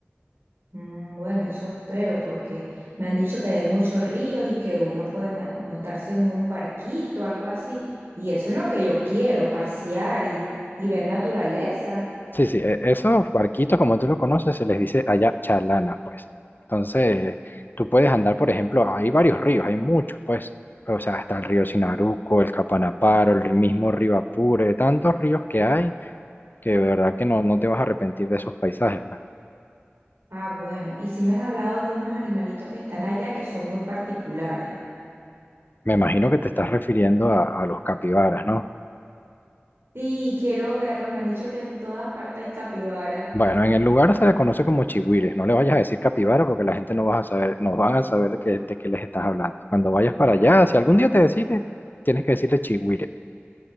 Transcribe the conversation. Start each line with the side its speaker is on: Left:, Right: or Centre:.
Right: Mm, Bueno, eso espero porque me han dicho que hay muchos ríos y que uno puede ma- montarse en un barquito, algo así. Y eso es lo que yo quiero, pasear y, y ver naturaleza.
Left: Sí, sí, e- esos barquitos, como tú lo conoces, se les dice allá chalanas, pues. Entonces, tú puedes andar, por ejemplo, hay varios ríos, hay muchos, pues. O sea, está el río Sinaruco, el Capanaparo, el mismo río Apure, tantos ríos que hay que de verdad que no, no te vas a arrepentir de esos paisajes, pues.
Right: Ah, bueno, y sí me han hablado de unos animalitos que están allá que son muy particulares.
Left: Me imagino que te estás refiriendo a, a los capibaras, ¿no?
Right: Sí, quiero verlos. Me han dicho que en todas partes hay capibara.
Left: Bueno, en el lugar se le conoce como chigüires. No le vayas a decir capibara porque la gente no vas a saber, no van a saber de qué, de qué les estás hablando. Cuando vayas para allá,
Right: Ah,
Left: si algún día te decides, tienes que decirle chigüire.